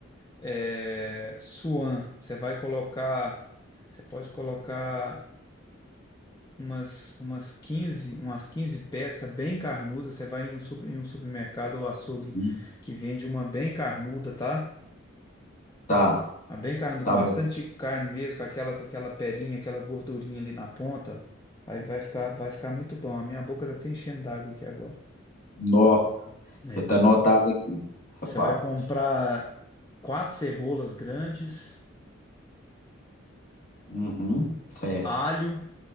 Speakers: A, on the left (about 20°); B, on the left (about 45°).
A: é, suan. Você vai colocar, você pode colocar umas, umas 15 umas quinze peças bem carnudas. Você vai em um, super- em um supermercado ou açougue
B: Uhum.
A: que vende uma bem carnuda, tá?
B: Tá,
A: Uma bem carnuda,
B: tá
A: com bastante
B: bom.
A: carne mesmo, com aquela, com aquela pelinha, aquela gordurinha ali na ponta. Aí vai ficar, vai ficar muito bom. A minha boca tá até enchendo d'água aqui agora.
B: Nó,
A: É.
B: já tá anotado aqui, essa
A: Você
B: parte.
A: vai comprar quatro cebolas grandes,
B: Uhum, certo.
A: alho.